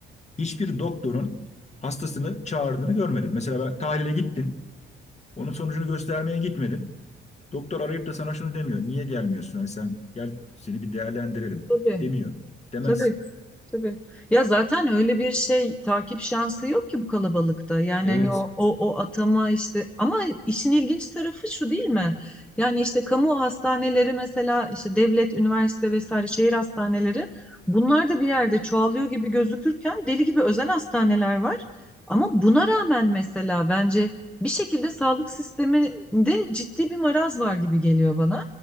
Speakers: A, on the left; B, in the centre.
A: Hiçbir doktorun hastasını çağırdığını görmedim. Mesela ben tahlile gittin. Onun sonucunu göstermeye gitmedin. Doktor arayıp da sana şunu demiyor. Niye gelmiyorsun? Hani sen gel seni bir değerlendirelim
B: tabii.
A: demiyor. Demez.
B: Tabii, tabii. Ya zaten öyle bir şey takip şansı yok ki bu kalabalıkta. Yani
A: Evet.
B: hani o o o atama işte ama işin ilginç tarafı şu değil mi? Yani işte kamu hastaneleri mesela işte devlet, üniversite vesaire şehir hastaneleri bunlar da bir yerde çoğalıyor gibi gözükürken deli gibi özel hastaneler var. Ama buna rağmen mesela bence bir şekilde sağlık sisteminde ciddi bir maraz var gibi geliyor bana.